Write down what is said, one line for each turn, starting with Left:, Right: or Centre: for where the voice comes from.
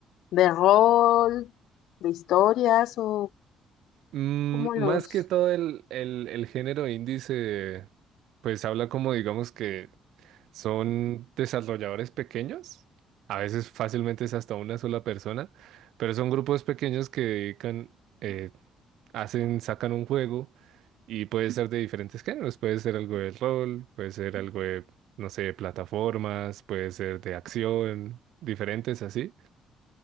Left: de rol, de historias o
Right: Mm,
Left: como
Right: más
Left: los...
Right: que todo el, el, el género indie se, pues habla como digamos que son desarrolladores pequeños. A veces fácilmente es hasta una sola persona, pero son grupos pequeños que dedican, eh, hacen, sacan un juego Y puede ser de diferentes géneros, puede ser algo de rol, puede ser algo de, no sé, plataformas, puede ser de acción, diferentes así,